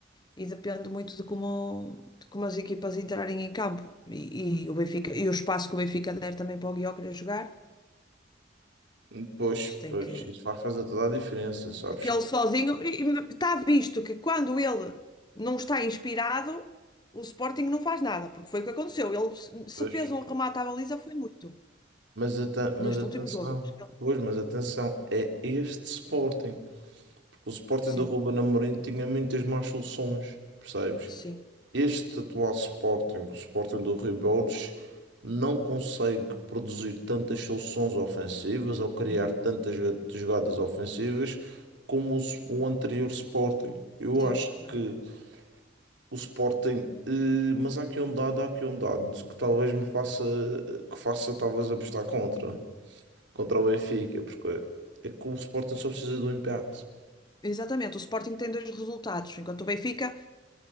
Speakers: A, on the left; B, on the right.
A: e depende muito de como, de como as equipas entrarem em campo e, e o Benfica, e o espaço que o Benfica der também para o Gyökeres jogar.
B: é. Pois,
A: Isto tem
B: pois,
A: que.
B: isso faz fazer toda a diferença, sabes?
A: que ele sozinho e- e está visto que quando ele não está inspirado, o Sporting não faz nada, porque foi o que aconteceu. Ele se se
B: Pois,
A: fez um remate à baliza foi muito
B: mas, aten- mas
A: neste
B: atenção,
A: último jogo. Acho que ele-
B: pois, mas atenção, é este Sporting. Porque o Sporting
A: Sim,
B: do Ruben Amorim tinha muitas más soluções, percebes?
A: sim,
B: Este atual Sporting, o Sporting do Rui Borges, não consegue produzir tantas soluções ofensivas ou criar
A: uhum,
B: tantas jogadas ofensivas como o, o anterior Sporting. Eu
A: sim,
B: acho
A: é
B: que
A: verdade.
B: o Sporting, eh, mas há aqui um dado, há aqui um dado que talvez me faça, que faça talvez apostar contra, contra o Benfica, porque é que o Sporting só precisa do empate.
A: Exatamente, o Sporting tem dois resultados, enquanto o Benfica